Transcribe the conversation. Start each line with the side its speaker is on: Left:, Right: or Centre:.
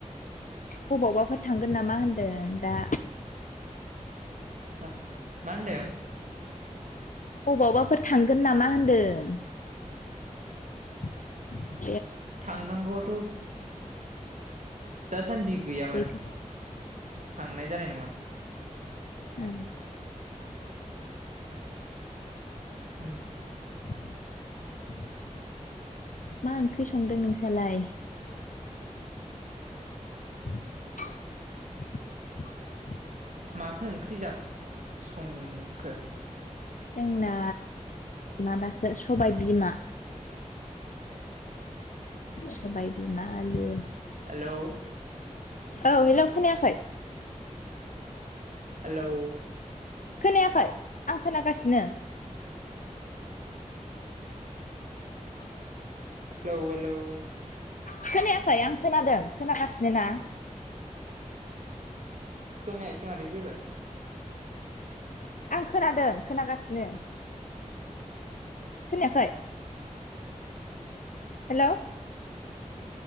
Left: बबावबाफोर थांगोन नामा होनदों दा?
Right: ओ मा ओनदों?
Left: अबावबाफोर थांगोन नामा होन्दों? <unintelligible>
Right: थांनांगौवाथ' दासान्दि गैयामोन।
Left: गैथ' ओ
Right: थांनाय जानाय नङा।
Left: ए।
Right: उम।
Left: <unintelligible> मा ओंख्रि संदों नोंसालाय? <unintelligible>
Right: माथो ओंख्रि जा सं खो?
Left: जोंना माबासो सबाय बिमा। सबाय बिमा आलु
Right: हेलौ।
Left: औ हेलौ खोनायाखै।
Right: हेल'
Left: खोनायाखै आं खोनागासिनो
Right: हेल' हेल'
Left: खोनायाखै आं खोनादों खोनागासिनो ना
Right: खोनायाखै माथो जेबो
Left: <inaudible> आं खोनादों खोनागासिनो खोनायाखै हेल'